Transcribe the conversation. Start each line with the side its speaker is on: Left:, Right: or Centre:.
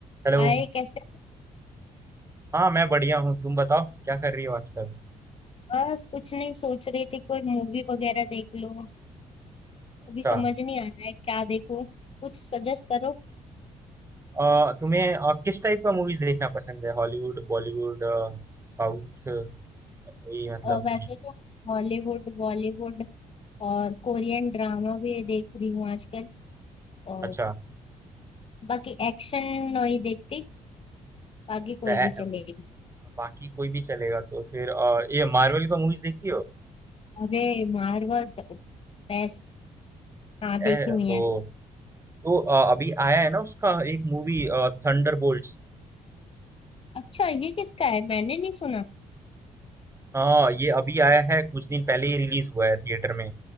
Right: हेलो।
Left: हाय कैसे हो?
Right: हाँ, मैं बढ़िया हूँ। तुम बताओ क्या कर रही हो आजकल?
Left: बस कुछ नहीं सोच रही थी कोई मूवी वगैरह देख लो
Right: अच्छा
Left: अभी समझ नहीं आ रहा है क्या देखूं कुछ सजेस्ट करो
Right: अ, तुम्हें अ, किस टाइप का मूवीज़ देखना पसंद है? हॉलीवुड, बॉलीवुड, अ, साउथ या कोई मतलब
Left: अ, वैसे तो हॉलीवुड बॉलीवुड और कोरियन ड्रामा भी देख रही हूँ आजकल और
Right: अच्छा
Left: बाकी एक्शन नहीं देखती बाकी कोई
Right: अ, अ,
Left: भी चलेगी
Right: बाकी कोई भी चलेगा। तो फिर अ, ये मार्वल का मूवीज़ देखती हो?
Left: अरे मार्वल तो बेस्ट हाँ देखी
Right: ए,
Left: हुई
Right: तो
Left: है
Right: तो अ, अभी आया है ना उसका एक मूवी थंडरबोल्ट्स।
Left: अच्छा ये किसका है मैंने नहीं सुना
Right: हाँ, ये अभी आया है कुछ दिन पहले ही रिलीज हुआ है थिएटर में।